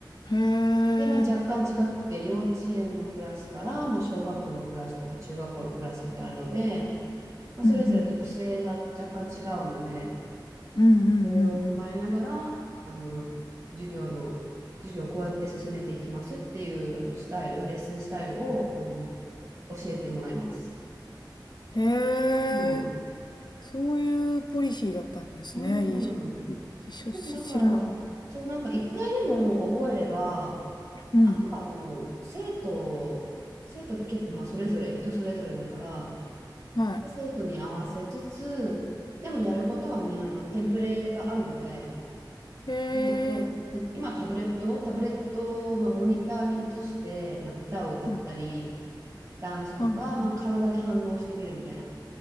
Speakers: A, on the left (about 65°); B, on the right (about 40°).
A: へえ。
B: で、まあ、若干違くて、幼稚園のクラスから、まあ、小学校のクラスとか中学校のクラスってあるので、まあ、
A: うんうん。
B: それぞれ特性が若干違うので、
A: うんうんうんうん。
B: それを踏まえながら、あの、授業の、授業をこうやって進めていきますっていうあのスタイル、レッスンスタイルを、あの、教えてもらいます。
A: へえ。
B: うん。
A: そういうポリシーだったんですね。
B: うん。
A: ECC
B: でもだから、
A: ししし知らなかった。
B: そう、なんか一回でも覚えれば、
A: うん。
B: あとはもう生徒、生徒って結構まあそれぞれ、人それぞれだから、
A: はい。
B: 生徒に合わせつつ、でもやることはね、あの、テンプレがあるので、
A: へえ。
B: まあ、そう、で、今タブレット、タブレットを、まあ、モニターに移して、まあ、歌を歌ったり、
A: はい。
B: ダンスとか、
A: ああ
B: まあ、体で反応してみるみたいな。